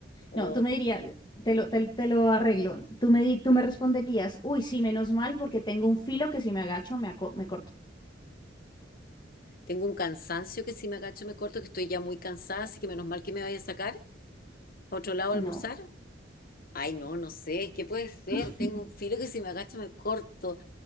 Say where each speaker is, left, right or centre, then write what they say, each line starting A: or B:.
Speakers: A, on the left; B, on the left.
A: O
B: No, tú me dirías, te lo, te, te lo arreglo. Tú me, di- tú me responderías, uy, sí, menos mal, porque tengo un filo que si me agacho me, aco- me corto.
A: tengo un cansancio que si me agacho me corto, que estoy ya muy cansada, así que menos mal que me vaya a sacar. ¿Para otro lado
B: No.
A: a almorzar? Ay, no, no sé. ¿Qué puede ser?
B: <laughs>
A: Tengo un filo que si me agacho me corto.